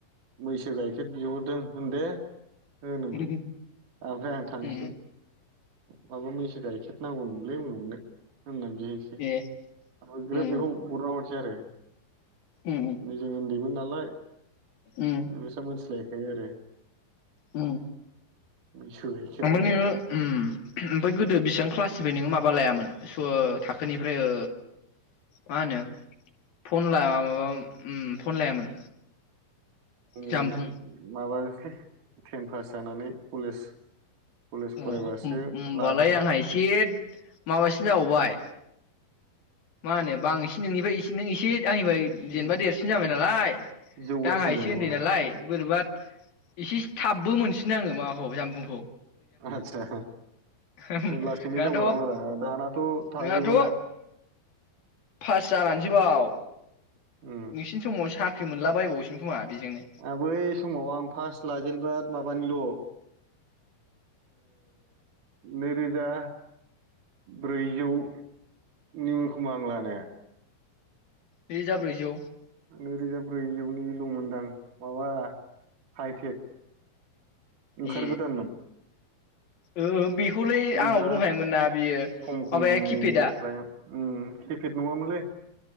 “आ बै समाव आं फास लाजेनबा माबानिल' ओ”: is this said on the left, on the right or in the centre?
Right